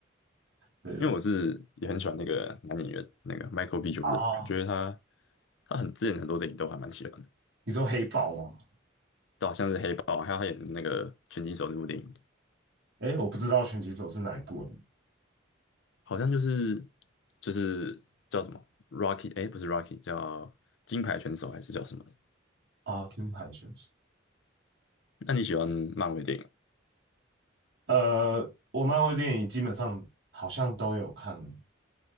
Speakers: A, on the right (about 60°); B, on the left (about 70°).
A: 对对对。
B: 因为我是也很喜欢那个男演员，那个 Michael B. Jordan，
A: 啊，
B: 我觉得他他很之前很多电影都还蛮喜欢的，
A: 你说黑豹吗？
B: 就好像是黑豹，还有他演的那个拳击手那部电影，
A: 哎，我不知道拳击手是哪一部人
B: 好像就是就是叫什么 Rocky，哎，不是 Rocky，叫金牌拳手还是叫什么的？
A: 啊，金牌选手。
B: 那你喜欢漫威电影吗
A: 呃，我漫威电影基本上好像都有看，